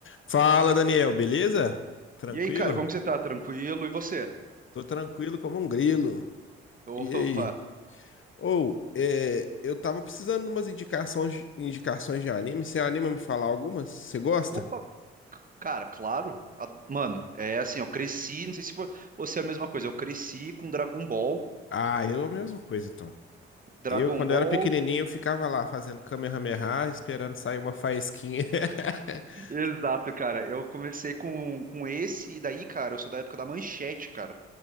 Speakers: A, on the left; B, on the right.
A: Fala, Daniel, beleza? Tranquilo?
B: E aí, cara, como que você tá? Tranquilo? E você?
A: Tô tranquilo como um grilo.
B: <laughs>
A: E aí?
B: Opa!
A: Ou, é, eu tava precisando de umas indicações, indicações de anime. Você anima a me falar algumas? Você gosta?
B: Opa, c- cara, claro. A- Mano, é assim, eu cresci, não sei se vo- você é a mesma coisa, eu cresci com Dragon Ball.
A: Ah, eu a mesma coisa, então.
B: Dragon
A: Eu, quando
B: Ball.
A: eu era pequenininho, eu ficava lá fazendo Kamehameha, esperando sair uma faísquinha. <laughs>
B: <laughs> Exato, cara. Eu comecei com, com esse, e daí, cara, eu sou da época da Manchete, cara.